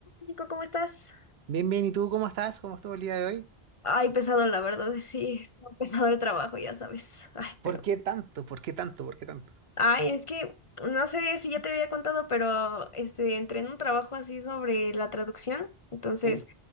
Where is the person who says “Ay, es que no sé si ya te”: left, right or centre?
Left